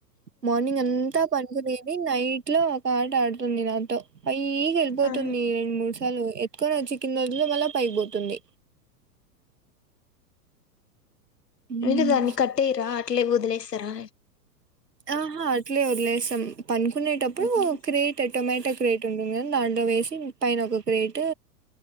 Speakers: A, on the right (about 85°); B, on the left (about 85°).
A: మార్నింగ్ అంతా పడుకో అది నైట్ లో ఒక ఆట ఆడుతుంది నాతో పైకి వెల్బపోతుంది
B: ఆహా
A: ఏం మూర్స చలో పట్టు కొని చికిన రోజులో మళ్ళ పైకిపోతుంది మ్మ్.
B: అంటే దాన్ని కట్టేయరా అట్లే వదిలేస్తారా
A: ఆహా అట్లే లే సం పనుకునేటప్పుడు
B: ఉహు
A: క్రియేట్టోమటక్ క్రేట్ ఉంటుంది కాని దాంట్లో వేసి పైన ఒక క్రేట్